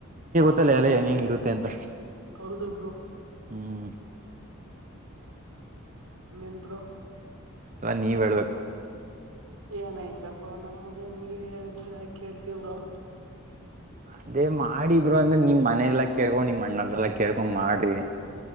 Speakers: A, on the right (about 35°); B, on the right (about 85°).
A: ಇ ಎಲ್ಲ ಹೆಂಗಗೆ ಹೆಂಗ ಇರುತ್ತೆ ಅಂತ
B: ಹೌದ ಬ್ರೋ
A: ಹ್ಮ
B: ಇನ್ನೇನ್ ಬ್ರೋ
A: ಅಲ್ಲ ನೀವ್ ಹೇಳ್ಬೇಕು
B: ಏನಾಯ್ತ ಬ್ರೋ ನಮ್ಮದು ನೀವ ಹೇಳಿದಿ ನಾ ಕೇಳ್ತೀವರು
A: ಅದೇ ಮಾಡಿ ಬ್ರೋ ಅಂದ್ರೆ ನಿಮ ಮನೆಲ್ಲ ಕೇಳ್ಕೊ ನಿಮ್ಮ ಅಣ್ಣರ್ಲ್ಲಾ ಕೇಳ್ಕೊ ಮಾಡಿ